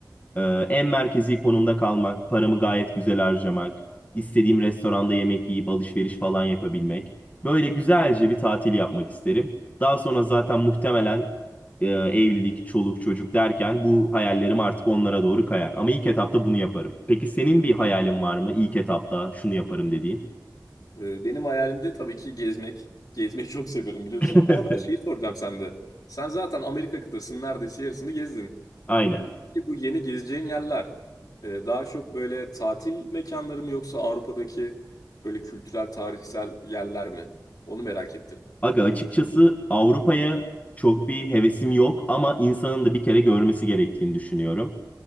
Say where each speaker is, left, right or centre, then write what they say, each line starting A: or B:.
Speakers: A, on the left; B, on the left.
A: Ee, en merkezi konumda kalmak, paramı gayet güzel harcamak, istediğim restoranda yemek yiyip alışveriş falan yapabilmek. Böyle güzelce bir tatil yapmak isterim. Daha sonra zaten muhtemelen e, evlilik, çoluk, çocuk derken bu hayallerim artık onlara doğru kayar. Ama ilk etapta bunu yaparım. Peki senin bir hayalin var mı? İlk etapta şunu yaparım dediğin.
B: E, benim hayalimde tabii ki gezmek. Gezmeyi <laughs> çok seviyorum biliyorsun.
A: <laughs>
B: Ama ben şeyi soracağım sende. Sen zaten Amerika kıtasının neredeyse yarısını gezdin.
A: Aynen.
B: Peki bu yeni gezeceğin yerler e, daha çok böyle tatil mekanları mı yoksa Avrupa'daki böyle kültürel, tarihsel yerler mi? Onu merak ettim.
A: Aga açıkçası Avrupa'ya çok bir hevesim yok ama insanın da bir kere görmesi gerektiğini düşünüyorum.